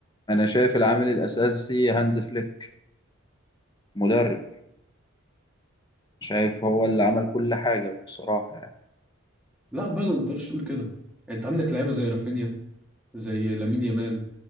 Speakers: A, on the left; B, in the centre.
A: أنا شايف العامل الأساسي هانز فليك مدرب شايف هو اللي عمل كل حاجة بصراحة يعني
B: لا برضه ما تقدرش تقول كده يعني انت عندك لعيبة زي رافينيا زي لامين يامال